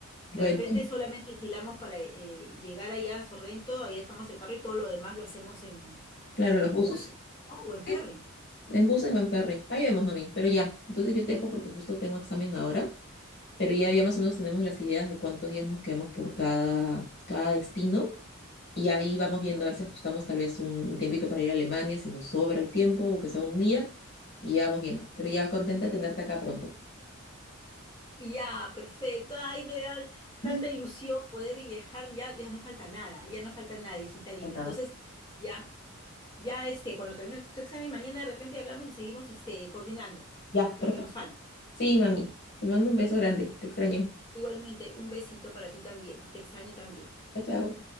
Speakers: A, on the left; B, on the left.
A: Bueno,
B: De repente solamente alquilamos para eh, llegar allá a Sorrento, ahí dejamos el carro y todo lo demás lo hacemos en,
A: claro,
B: en
A: los
B: los
A: buses.
B: buses, ¿no? O en
A: Sí,
B: ferry.
A: en buses o en ferry. Ahí vemos, mami. Pero ya, entonces yo te dejo porque justo tengo examen ahora. Pero ya, ya más o menos tenemos las ideas de cuántos días nos quedamos por cada, cada destino. Y ahí vamos viendo a ver si ajustamos tal vez un, un tiempito para ir a Alemania, si nos sobra el tiempo o que sea un día. Y ya vamos viendo. Pero ya contenta de tenerte acá pronto.
B: Ya, perfecto. Ay, me da tanta
A: <laughs>
B: ilusión poder y viajar. Ya, ya no falta nada, ya no falta nada, hijita linda.
A: Para nada.
B: Entonces, ya, ya este, cuando termine su examen, mañana de repente hablamos y seguimos este, coordinando
A: Ya,
B: lo
A: perfecto.
B: que nos falta.
A: Sí, mami. Te mando un beso grande. Te extraño.
B: Igualmente, un besito para ti también. Te extraño también.
A: Chao, chao.